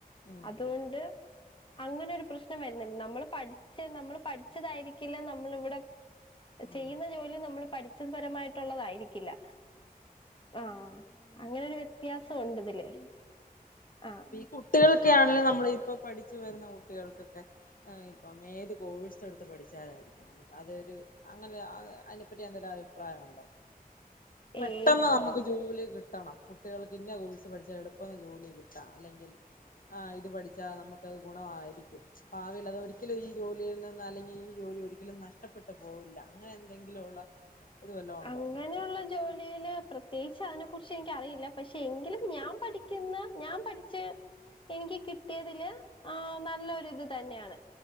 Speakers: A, on the left; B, on the left.
A: ഉം
B: അതുകൊണ്ട് അങ്ങനെ ഒരു പ്രശ്നം വരുന്നുണ്ട് നമ്മള് പഠിച്ച നമ്മൾ പഠിച്ചതായിരിക്കില്ല നമ്മളിവിടെ ചെയ്യുന്ന
A: ഉം
B: ജോലി നമ്മള് പഠിച്ചപരമായിട്ടുള്ളതായിരിക്കില്ല ആഹ് അങ്ങനെരു വ്യത്യാസം ഉണ്ട് ഇതില് ആഹ്
A: കുട്ടികൾക്കൊണെങ്കലും നമ്മളെ ഇപ്പോ പഠിച്ചു വരുന്ന കുട്ടികൾക്കൊക്കെ ഇപ്പം ഏത് കോഴ്‌സ് എടുത്ത് പഠിച്ചാലാ അതൊരു അങ്ങനെ അതിനെപ്പറ്റി എന്തൊരു അഭിപ്രായം ഉണ്ടോ പെട്ടെന്ന്
B: ഏത്
A: നമുക്ക്
B: കോ
A: ജോലി കിട്ടണം കുട്ടികൾക്ക് ഇന്നെ കോഴ്സ് പഠിച്ചാ എളുപ്പം ജോലി കിട്ടാ അല്ലെങ്കിൽ ആഹ് ഇത് പഠിച്ചാൽ നമുക്കത് ഗുണമായിരിക്കും ഭാവില്ലത് ഒരിക്കലും ഈ ജോലിയിൽ നിന്ന് അല്ലെങ്കിൽ ഈ ജോലി ഒ രിക്കലും നഷ്ടപ്പെട്ട് പോകില്ല അങ്ങനെ എന്തെങ്കിലും ഉള്ള
B: <inaudible>
A: ഇത് വല്ലതും ഉണ്ടോ
B: അങ്ങനെയുള്ള ജോലിൽ പ്രത്യേകിച്ച് അതിനെ കുറിച്ച് എനിക്കറിയില്ല പക്ഷെ എങ്കിലും ഞാൻ പഠി ഠിക്കുന്ന ഞാൻ പഠിച്ച് എനിക്ക് കിട്ടിയതില് ആ നല്ലൊരു ഇത് തന്നെയാണ്.